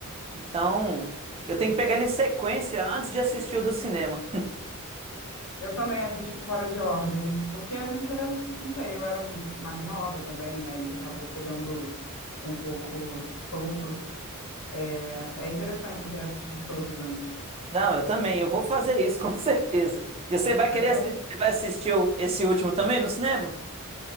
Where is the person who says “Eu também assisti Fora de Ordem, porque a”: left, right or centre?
Left